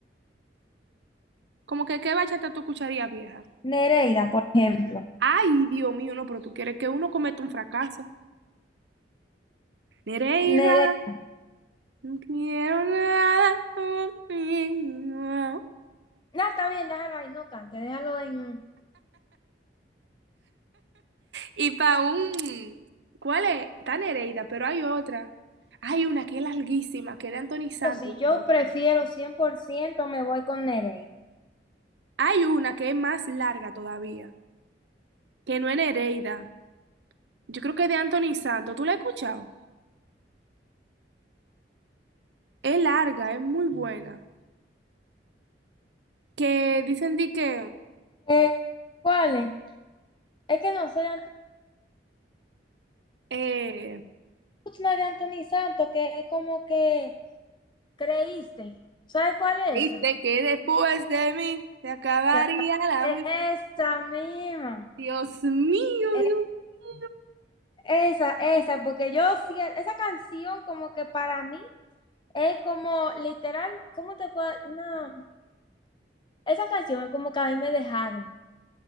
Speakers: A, on the right; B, on the left.
A: Como que qué bachata tú escucharías vieja.
B: Nereida, por ejemplo.
A: Ay, Dios mío, no, pero tú quieres que uno cometa un fracaso. Nereida,
B: Nereida.
A: no quiero nada contigo.
B: No, está bien, déjalo ahí, no cante, déjalo en...
A: Y para un... ¿Cuál es? Está Nereida, pero hay otra. Hay una que es larguísima, que es de Anthony Santos,
B: Pero si yo
A: yo creo.
B: prefiero 100% me voy con Nereida.
A: Hay una que es más larga todavía, que no es Nereida. Yo creo que es de Anthony Santos. ¿Tú la has escuchado? Es larga, es muy buena. Que dicen di que...
B: Eh, ¿cuál es? Es que no sé, la
A: Eh,
B: última de Anthony Santos, que es como que creíste. ¿Sabes cuál es
A: Dice
B: esa?
A: que después de mí se acabaría
B: Te acabé.
A: la vida.
B: Esa misma.
A: Dios mío,
B: Eh,
A: Dios mío.
B: Esa, esa, porque yo siento, esa canción como que para mí Es como, literal, ¿cómo te puedo...? No, esa canción es como que a mí me dejaron,